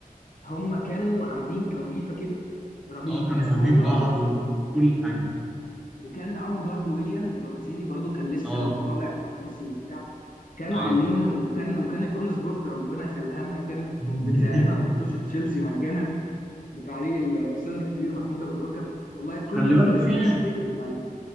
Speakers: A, on the left; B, in the centre.
A: هم كانوا عاملين توليفة كده رهيبة
B: اه كانوا
A: كان
B: فاهمين
A: هو
B: بعض
A: و-
B: وكل حاجه
A: وكان معاهم برضو ويليان البرازيلي برضو كان لسه
B: اه
A: من طالع في تشيلسي وبتاع كانوا
B: ايوه
A: عاملين وكان وكانت اون سبورت ربنا يخليها لنا كانت
B: <laughs>
A: بتذاع لنا مطوشة تشيلسي مجانا بتعليق الاستاذ الكبير محمود ابو الركب والله كل
B: خلي
A: كل
B: بالك
A: شويه
B: في
A: افتكر التعليق